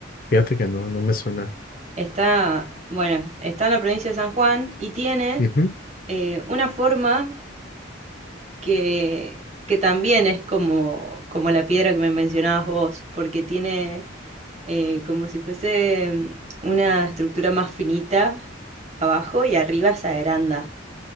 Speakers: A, on the left (about 45°); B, on the right (about 35°).
A: Fíjate que no, no me suena.
B: Está, bueno, está en la provincia de San Juan y tiene
A: Ujú,
B: eh, una forma que, que también es como, como la piedra que me mencionabas vos, porque tiene eh, como si fuese mm, una estructura más finita abajo y arriba se agranda.